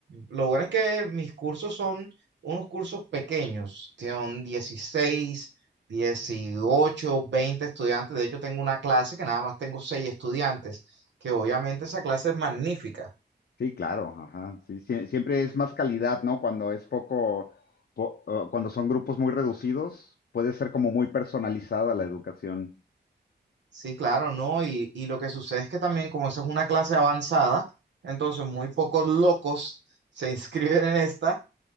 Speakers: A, on the right; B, on the left.
A: Lo bueno es que mis cursos son unos cursos pequeños, son dieciséis dieciocho 20 estudiantes. De hecho, tengo una clase que nada más tengo seis estudiantes, que obviamente esa clase es magnífica.
B: Sí, claro, ajá. Sí, sie- siempre es más calidad, ¿no? Cuando es poco, po- o cuando son grupos muy reducidos, puede ser como muy personalizada la educación.
A: Sí, claro, ¿no? Y, y lo que sucede es que también como eso es una clase avanzada, entonces muy pocos locos se <laughs> inscriben en esta,